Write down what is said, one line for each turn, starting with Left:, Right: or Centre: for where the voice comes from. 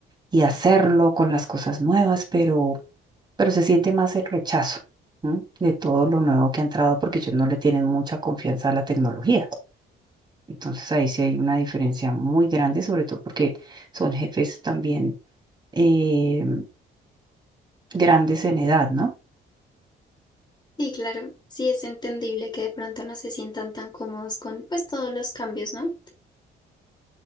Right: y hacerlo con las cosas nuevas, pero pero se siente más el rechazo, ¿no? de todo lo nuevo que ha entrado porque ellos no le tienen mucha confianza a la tecnología. Entonces ahí sí hay una diferencia muy grande, sobre todo porque son jefes también eh, grandes en edad, ¿no?
Left: Sí, claro, sí es entendible que de pronto no se sientan tan cómodos con pues todos los cambios, ¿no?